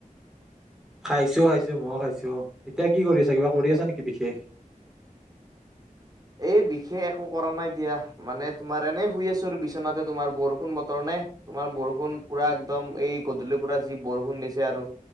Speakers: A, in the centre; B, on the right.
A: খাইছো খাইছো। মই খাইছো এতিয়া কি কৰি আছা কিবা কৰি আছা নেকি বিশেষ?
B: এই বিশেষ একো কৰা নাই দিয়া। মানে তোমাৰ এনেই শুই আছো আৰু বিছনাতে তোমাৰ বৰষুণ বতৰ নে। তোমাৰ বৰষুণ পুৰা একদম এই গধূলিৰ পৰা যি বৰষুণ দিছে আৰু।